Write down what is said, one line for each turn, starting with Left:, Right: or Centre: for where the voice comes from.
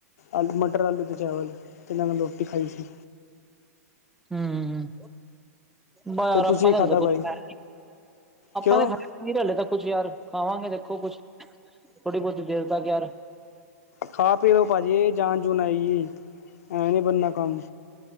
Left: ਆਲੂ ਮਟਰ ਆਲੂ ਅਤੇ ਚਾਵਲ ਅਤੇ ਨਾਲ ਰੋਟੀ ਖਾਈ ਸੀ।
Centre: ਹੁ ਬਸ
Left: ਤੇ ਤੁਸੀਂ
Centre: ਆਪਾ ਤ ਹਜੇ
Left: ਖਾਧਾ
Centre: ਕੁਛ
Left: ਭਾਈ
Centre: ਖਾਇਆ
Left: ਕਿਉਂ
Centre: ਨਹੀ। ਨਹੀਂ ਹਲੇ ਤੱਕ ਕੁਛ ਯਾਰ ਖਵਾਂਗੇ ਦੇਖੋ ਕੁਛ, ਥੋੜ੍ਹੀ ਬਹੁਤ ਦੇਰ ਤੱਕ ਯਾਰ
Left: ਖਾ ਪੀ ਲੋ ਭਾਜੀ ਜਾਨ ਜੂਣ ਆਏਗੀ ਐਂਵੇ ਨੀ ਬਣਨਾ ਕੰਮ